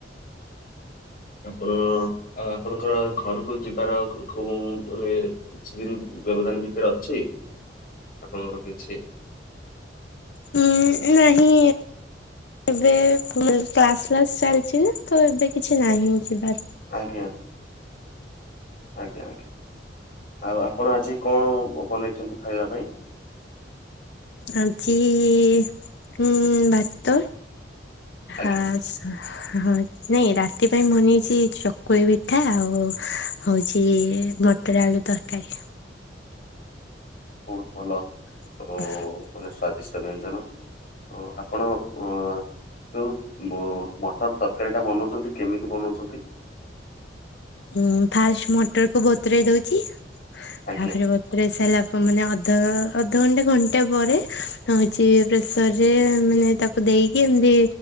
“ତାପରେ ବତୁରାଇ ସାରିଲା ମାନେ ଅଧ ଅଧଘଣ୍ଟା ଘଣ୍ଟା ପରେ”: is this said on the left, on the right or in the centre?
Left